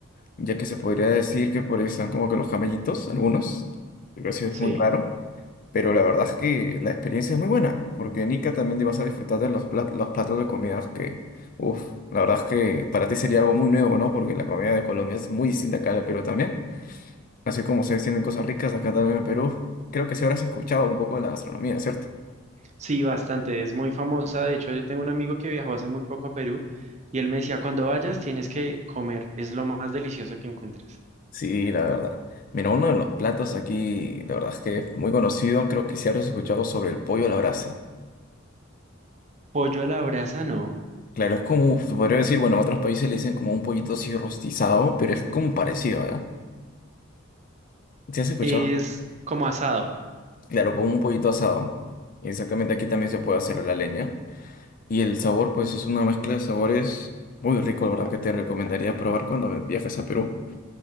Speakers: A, on the left; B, on the right.
A: ya que se podría decir que por ahí están como que los camellitos, algunos, lo que sí es
B: Sí,
A: muy raro, pero la verdad es que la experiencia es muy buena, porque en Ica también te vas a disfrutar de los plat- los platos de comidas que, uff, la verdad es que para ti sería algo muy nuevo, ¿no? Porque la comida de Colombia es muy distinta acá de Perú también, así como ustedes tienen cosas ricas acá también en Perú, creo que sí habrás escuchado un poco de la gastronomía, ¿cierto?
B: sí, bastante. Es muy famosa. De hecho, yo tengo un amigo que viajó hace muy poco a Perú y él me decía, cuando vayas tienes que comer, es lo más delicioso que encuentras.
A: Sí, la verdad. Mira, uno de los platos aquí, la verdad es que es muy conocido, creo que sí habrás escuchado sobre el pollo a la brasa.
B: Pollo a la brasa, no.
A: Claro, es como, se podría decir, bueno, en otros países le dicen como un pollito así rostizado, pero es como parecido, ¿verdad? ¿Sí has escuchado?
B: es como asado.
A: Claro, como un pollito asado. Exactamente, aquí también se puede hacer a la leña. Y el sabor, pues es una mezcla de sabores muy rico, la verdad que te recomendaría probar cuando viajes a Perú.